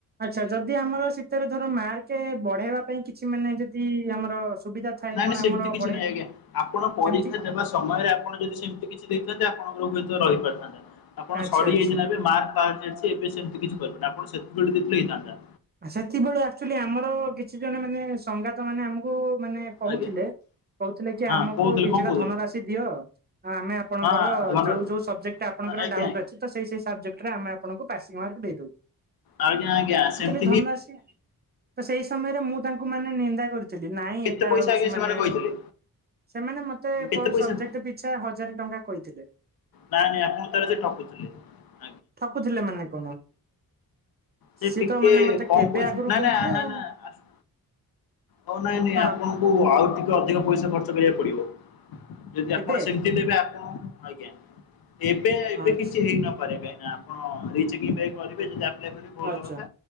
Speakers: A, on the right; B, on the left.
A: ଆଛା ଯଦି ଆମର ଶୀତରେ ଧର ମାର୍କ ବଢେଇବା ପାଇଁ କିଛି ମାନେ ଯଦି ଆମର ସୁବିଧା ଥାଏ
B: ନାଇଁ
A: କଣ
B: ନାଇଁ ସେମିତି
A: ଆମର
B: କିଛି
A: ବଢେଇ
B: ନାଇଁ ଆଜ୍ଞା ଆପଣ ପରୀକ୍ଷା
A: ସେମିତି
B: ଦେବା ସମୟରେ ଆପଣ ଯଦି ସେମିତି କିଛି ଦେଇଥାନ୍ତେ ଆପଣଙ୍କର ହୁଏ ରହିପାରିଥାନ୍ତା ଆପଣ
A: ଆଚ୍ଛା
B: ସଡିଯାଇଚିନା
A: ଆଚ୍ଛା।
B: ଏବେ ମାର୍କ ସେମିତି କିଛି କରିବେନ ଆପଣ <unintelligible>
A: ସେତବେଳେ ଆକ୍ଚୁଆଲି ଆମର କିଛି ଜଣେ ମାନେ ସଙ୍ଗାତ ମାନେ ଆମକୁ ମାନେ କହୁଥିଲେ
B: ଆଜ୍ଞା
A: । କହୁଥିଲେ କି
B: ହଁ
A: ଆମକୁ
B: କହୁଥିଲେ
A: କିଛିଟା
B: କଣ କହୁଥିଲେ
A: ଧନ ରାଶି ଦିଅ ଆମେ ଆପଣଙ୍କର
B: ହଁ ଧନ
A: ଯୋଉ ଯୋଉ ସବଜେକ୍ଟଟା ଆପଙ୍କର
B: ଆଜ୍ଞା।
A: ଡାଉଟ ଅଛିତ ସେଇ ସେଇ ସବଜେକ୍ଟରେ ଆମେ ଆପଣଙ୍କୁ ପାସିଂ ମାର୍କ ଦେଇଦବୁ ।
B: ଆଜ୍ଞା ଆଜ୍ଞ ସେମ
A: ଧନସି ତ ସେଇ ସମୟରେ ମୁଁ ତାଙ୍କୁ ମାନେ ନିନ୍ଦା କରିଥିଲି ନାଇଁ
B: କେତେ
A: ଏଇଟା
B: ପଇସା
A: ହଉଛି
B: ଆଜ୍ଞା ସେମାନେ
A: ମାନେ
B: କହିଥିଲେ
A: ସେମାନେ ମତେ ମତେପର୍
B: କେତେ ପଇସା
A: ସବଜେକ୍ଟ ପିଛା ହଜାର ଟଙ୍କା କହିଥିଲେ ।
B: ନାଇଁ ନାଇଁ ଆପଣ ତାର ସେ ଠକୁଥିଲେ ।
A: ଠକୁଥିଲେ ମାନେ କଣ?
B: ସେ
A: ସିଏ
B: ଟିକେ
A: ତ ମାନେ ମତେ
B: କମ୍
A: କେବେ
B: ପଇଶା
A: ଆଗରୁ
B: ନା
A: କହୁଥିଲେ
B: ନା ନା
A: ଆଉ
B: ନା ଆସ ହଉ ନାଇଁ ନାଇଁ
A: ହଁ
B: ଆପଣଙ୍କୁ ଆଉ ଟିକେ ଅଧିକ ପଇସା ଖର୍ଚ୍ଚ କରିବାକୁ ପଡିବ । ଯଦି ଆପଣ
A: ଏବେ
B: ସେମିତି ଦେବେ ଆପଣ ଆଜ୍ଞା । ଏବେ ଏବେ
A: ହଁ
B: କିଛି ହେଇନପାରେ କାହିଁକିନା ଆପଣ ରିଚେକିଁ କରିବେ ଯଦି ଆପ୍ଲାଏ କରିବେ ଭଲ
A: ଆଛା
B: କଥା।